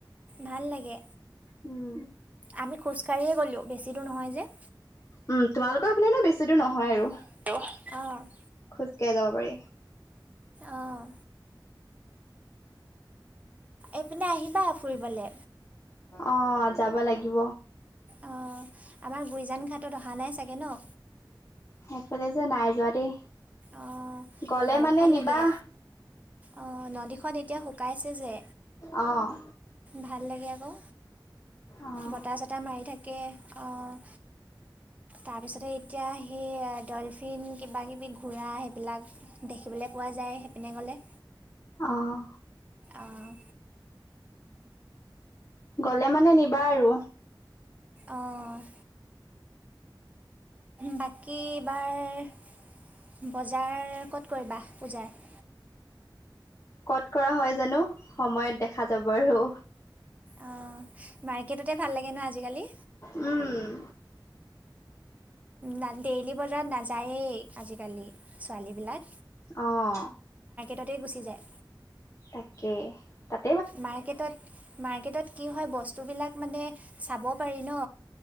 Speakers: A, on the right; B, on the left.
A: ভাল লাগে।
B: উম।
A: আমি খোজকাঢ়িয়ে গ'লো, বেছি দূৰ নহয় যে।
B: উম, তোমালোকৰ হেফালেনো বেছি দূৰ নহয় আৰু।
A: <unintelligible> অ'।
B: খোজ কাঢ়ি যাব পাৰি।
A: অঁ এইপিনে আহিবা ফুৰিবলে।
B: অ', যাব লাগিব।
A: অঁ আমাৰ গুইজান ঘাটত অহা নাই চাগে ন?
B: সেইফালে যে নাই যোৱা দেই।
A: অ',
B: গ'লে
A: বহুত
B: মানে
A: ভাল
B: নিবা
A: লাগে। অ', ন দিন <unintelligible> এতিয়া শুকাই আছে যে
B: অ'।
A: ভাল লাগে আকৌ,
B: অ',
A: বতাহ চতাহ মাৰি থাকে অ'। তাৰ পিছতে এতিয়া সেই ডলফিন কিবা কিবি ঘোৰা সেইবিলাক দেখিবলৈ পোৱা যায় সেইপিনে গ'লে।
B: অহ।
A: অঁ
B: গলে মানে নিবা আৰু।
A: অ'। বাকী বাৰ বজাৰ ক'ত কৰিবা পূজাৰ?
B: ক'ত কৰা হয় জানো, সময়ত দেখা যাব আৰু।
A: অঁ মাৰ্কেটতে ভাল লাগে ন আজিকালি?
B: উম।
A: না ডেইলী বজাৰত নাযায়েই আজিকালি ছোৱালী বিলাক।
B: অঁ।
A: তাতেই গুচি যায়।
B: তাকে তাত
A: মাৰ্কেটত-মাৰ্কেটত কি হয় বস্তু বিলাক মানে চাব পাৰি ন?